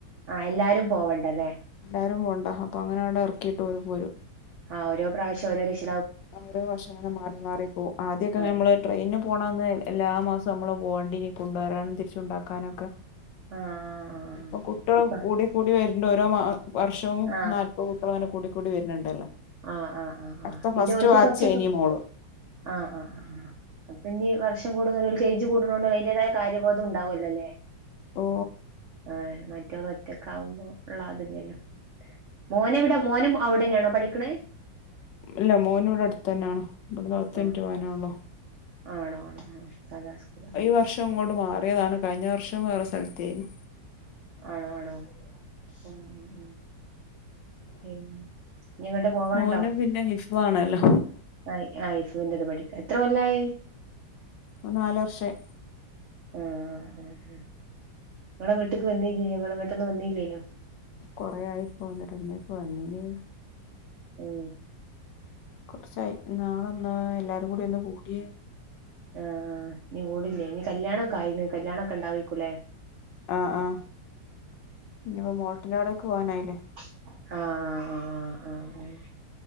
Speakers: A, on the right; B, on the left.
A: ആഹ് എല്ലാരും പോവണ്ടല്ലെ
B: എല്ലാരും പോണ്ട അപ്പോ അങ്ങെനവിടെ ഇറക്കിയിട്ട് ഓര് പോരും
A: ആ ഓരോ പ്രാവശ്യഓരോ രക്ഷി
B: ഓരോ വർഷം അങ്ങനെ മാറി മാറിപ്പോവുംആദ്യൊക്ക
A: ആഹ്
B: നമ്മള് ട്രെയിനിന് പോണന്ന് എല്ലാ മാസം നമ്മള് പോണ്ടീന് കൊണ്ടുവരാനും തിരിച്ചുകൊണ്ടാക്കാനൊക്കെ
A: ആഹ്
B: ഇപ്പൊ കുട്ട്യേൾ
A: ഇപ്പ
B: കൂടി കൂടി വരുന്നുണ്ട് ഓരോ മാ വർഷവും
A: ആഹ്
B: നാ ഇപ്പോ കുട്ട്യേളങ്ങനെ കൂടി കൂടി വരുന്നുണ്ടല്ലോ
A: ആഹ് ആഹ് ആഹ്
B: അടുത്ത
A: ആഹ് പിന്നെ
B: ഫസ്റ്റ്
A: ഓൽക്ക്
B: ബാച്ച്
A: കുറച്ചൊക്കെ
B: ഇനി മോള്
A: ആഹ് ആഹ് ആഹ് അപ്പൊ ഇനി വർഷം കൂടുതൽ എയ്ജ് കൂട്ണോണ്ട് അതിന്റേതായ കാര്യബോദംണ്ടാവോല്ലോല്ലേ
B: ഓ
A: ആഹ് മറ്റത് ഒറ്റക്കാവുമ്പോ ഉള്ള അതില്ലല്ലോ മോനെവിടെ മോനും അവിടെന്നെയാണോ പഠിക്കണത്
B: ഇല്ല മോനിവ്ടെ അടുത്ത് തന്നെയാണ് ഇവിടെന്ന്പത്തു
A: ആഹ്
B: മിനിറ്റ്പോവാനൊള്ളു
A: ആണോ ആണോ ആഹ് സാദാ സ്കൂളായി
B: ഈ വർഷം ഇങ്ങോട്ട് മാറിയതാണ് കഴിഞ്ഞ വർഷം വേറെ സ്ഥലത്തേന്
A: ആണോ ആണോ ഉം ഉം ഉം പിന്നെ ഇനി എങ്ങോട്ട് പോവാണ്ടോ
B: മോന പിന്നെ ഹിഫാണല്ലോ
A: ആഹ് ആഹ് ഹിഫുന്റെ ടെ പഠിക്ക എത്ര കൊല്ലായി
B: ഓൻ നാല് വർഷായി
A: ആഹ് ആഹ് ആഹ് ആഹ് ങ്ങളെ വീട്ട്ക്ക് വന്നില്ലേനു ങ്ങളവീട്ട്ന്ന് വന്നില്ലേനു
B: കൊറേ ആയിപ്പോവന്നിട്ട് ന്നിപ്പോ വന്നിന്
A: ഉം
B: <unintelligible> കുറച്ചായി ഇന്നാളൊന്ന് എല്ലാരും കൂടി ഒന്ന് കൂടിയെ
A: ആഹ് ഇനികൂടില്ലേ ഇനികല്യാണമൊക്കെആയില്ലേ കല്യാണൊക്കെണ്ടാവോക്കൂലേ
B: ആഹ് ആഹ് ഇനിപ്പോമോൾട്ടിന്റോട്ക്ക് പോവാനായില്ലേ
A: ആഹ് ആഹ് ആഹ് ആഹ് ആഹ്